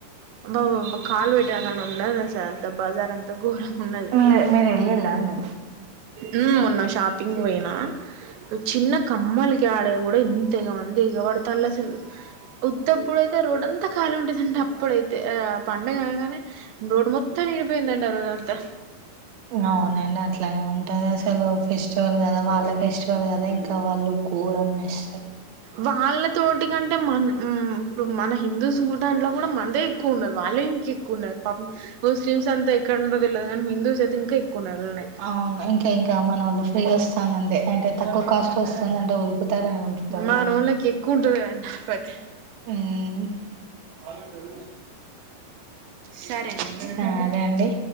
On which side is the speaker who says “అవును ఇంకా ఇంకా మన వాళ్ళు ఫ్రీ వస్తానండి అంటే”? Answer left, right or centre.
Right